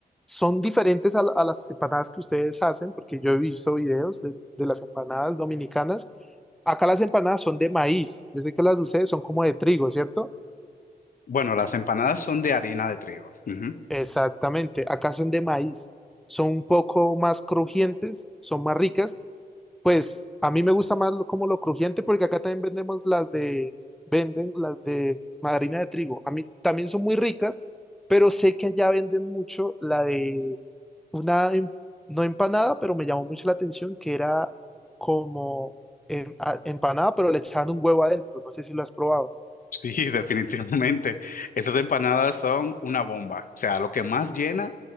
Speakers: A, in the centre; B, on the left (about 55°).
A: Son diferentes a, la- a las empanadas que ustedes hacen, porque yo he visto videos de, de las empanadas dominicanas. Acá las empanadas son de maíz. Yo sé que las de ustedes son como de trigo, ¿cierto?
B: Bueno, las empanadas son de harina de trigo. Ujú.
A: Exactamente, acá son de maíz, son un poco más crujientes, son más ricas. Pues a mí me gusta más lo- como lo crujiente porque acá también vendemos las de, venden las de harina de trigo. A mí también son muy ricas, pero sé que allá venden mucho la de una, em- no empanada, pero me llamó mucho la atención que era como em- a- empanada, pero le echaban un huevo adentro. No sé si lo has probado.
B: Sí, <laughs> definitivamente. Esas empanadas son una bomba. O sea, lo que más llena,